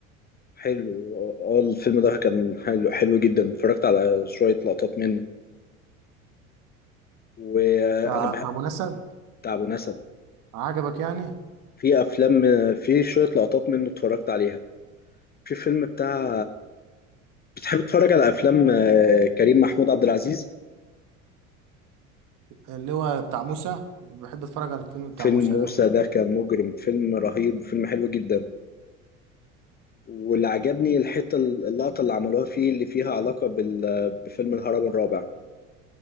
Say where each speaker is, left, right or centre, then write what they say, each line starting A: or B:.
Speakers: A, on the left; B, on the right.
A: حلو اه آه، الفيلم ده كان حلو حلو جدا اتفرجت على شوية لقطات منه وانا
B: بتاع
A: بحب
B: بتاع أبو نسب
A: بتاع ابو نسب
B: عجبك يعني
A: في افلام في شوية لقطات منه اتفرجت عليها في فيلم بتاع بتحب تتفرج على افلام آه، كريم محمود عبد العزيز
B: اللي هو بتاع موسى بحب أتفرج على الفيلم بتاع
A: فيلم
B: موسى
A: موسى
B: ده
A: ده كان مجرم فيلم رهيب فيلم حلو جدا واللي عجبني الحتة اللقطة اللي عملوها فيه اللي فيها علاقة بال... بفيلم الهرم الرابع